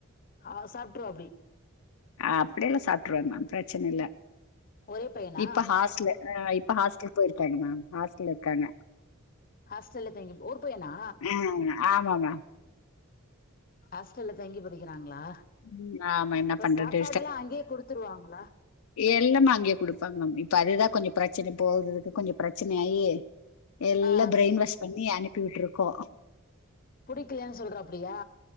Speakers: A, on the left (about 40°); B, on the left (about 75°).
A: ஆ சாப்ட்ருவா அப்டி
B: அப்படியெல்லா சாப்ட்ருவா மேம் பிரச்சன இல்ல
A: ஒரே பையனா
B: இப்ப ஹாஸ்டலு அ இப்ப ஹாஸ்லுக்கு போயிருக்காங்க மேம் ஹாஸ்டல்ல இருக்காங்க
A: ஹாஸ்டல்ல தங்கி ஒரு பையனா
B: ஆ ஆமாங்க
A: ஹாஸ்டல்ல தங்கி படிக்கறாங்களா
B: ம். ஆமா என்ன
A: இப்ப
B: பண்றது?
A: சாப்பாடுலா அங்கயே குடுத்துருவாங்களா
B: எல்லாம அங்கேயே குடுப்பாங்க <unintelligible> இப்ப அதுதா கொஞ்சோ பிரச்சன போகுறதுக்கு கொஞ்ச பிரச்சனையாயி எல்லா
A: ஆ
B: பிரைன்வாஷ் பண்ணி அனுப்பி விட்ருக்கோ
A: புடிக்கலன் சொல்றாப்படியா